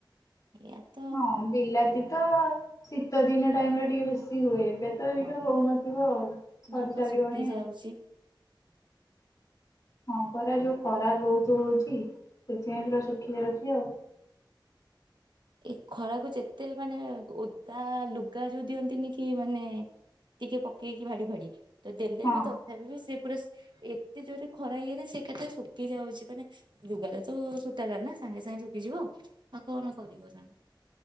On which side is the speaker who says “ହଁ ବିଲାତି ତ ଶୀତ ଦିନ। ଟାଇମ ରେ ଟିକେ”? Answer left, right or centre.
Left